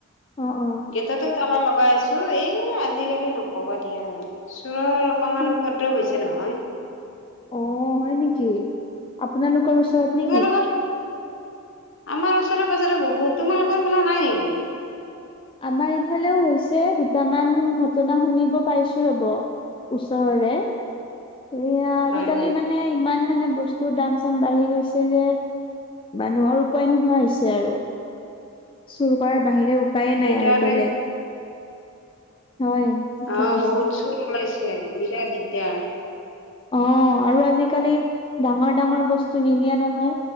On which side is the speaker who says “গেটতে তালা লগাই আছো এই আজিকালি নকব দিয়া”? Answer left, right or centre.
Left